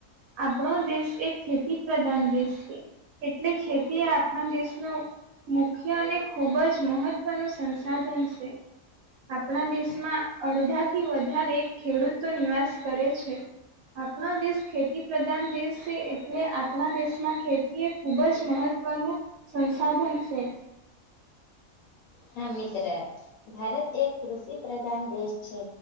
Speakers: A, on the right; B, on the left.
A: આપણો દેશ એક ખેતી પ્રધાન દેશ છે. એટલે ખેતી આપણા દેશનું મુખ્ય અને ખૂબ જ મહત્વ ન સંસાધન છે. આપણા દેશમાં અડધા થી વધારે ખેડૂત તો નિવાસ કરે છે. આપણા દેશ ખેતી પ્રધાન દેશ છે એટલે આપણા દેશમાં ખેતી એ ખૂબ જ મહત્વનું સંસાર બનશે.
B: હા મિત્ર ભારત એક કૃષિ પ્રધાન દેશ છે.